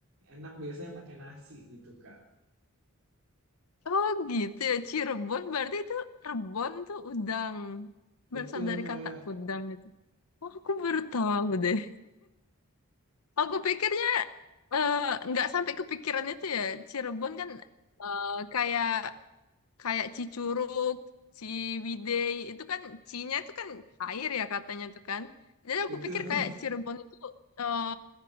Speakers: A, on the right; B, on the left.
A: Enak biasanya pakai nasi gitu, Kak.
B: Oh gitu ya Cirebon berarti itu Rebon tuh udang.
A: Betul,
B: Berasal dari
A: Kak.
B: kata udang Oh, aku baru tahu deh. Aku pikirnya eh, nggak sampai kepikiran itu ya. Cirebon kan eh, kayak kayak Cicurug, Ciwidey itu kan C-nya itu kan air ya katanya tuh kan. Jadi
A: Betul.
B: aku pikir kayak Cirebon itu eh,